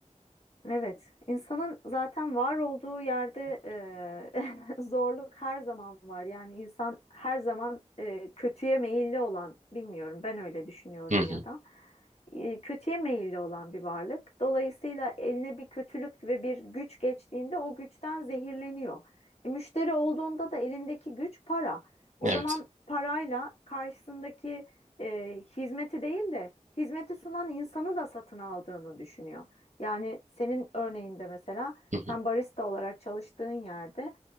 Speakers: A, on the left; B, on the right.
A: Evet, insanın zaten var olduğu yerde e, <laughs> zorluk her zaman var. Yani insan her zaman e, kötüye meyilli olan, bilmiyorum ben öyle düşünüyorum
B: Hı hı.
A: ya da. e, kötüye meyilli olan bir varlık. Dolayısıyla eline bir kötülük ve bir güç geçtiğinde o güçten zehirleniyor. E, müşteri olduğunda da elindeki güç para. O
B: Evet.
A: zaman parayla karşısındaki e, hizmeti değil de hizmeti sunan insanı da satın aldığını düşünüyor. Yani senin örneğinde mesela
B: Hı hı.
A: sen barista olarak çalıştığın yerde